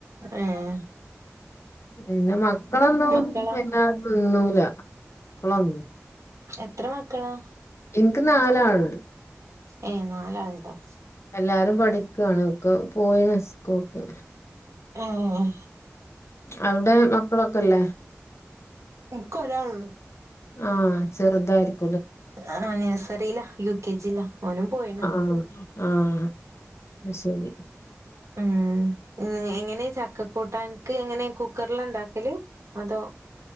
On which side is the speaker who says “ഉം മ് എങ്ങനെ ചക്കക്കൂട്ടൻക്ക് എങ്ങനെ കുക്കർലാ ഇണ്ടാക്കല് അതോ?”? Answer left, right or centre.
Right